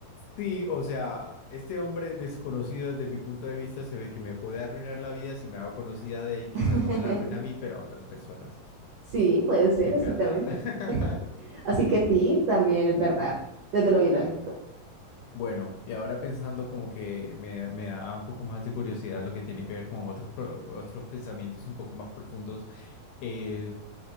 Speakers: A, on the left; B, on the right.
A: Sí, o sea, este hombre desconocido desde mi punto de vista se ve que me puede arruinar la vida si me hago conocida de él, quizás
B: <laughs>
A: no me la arruina a mí, pero a otras personas.
B: Sí, puede ser,
A: Me encanta.
B: exactamente.
A: <laughs>
B: <laughs> Así que sí, también es verdad, desde lo biológico.
A: Bueno, y ahora pensando como que me, me da un poco más de curiosidad lo que tiene que ver con otros, pro- otros pensamientos un poco más profundos. eh,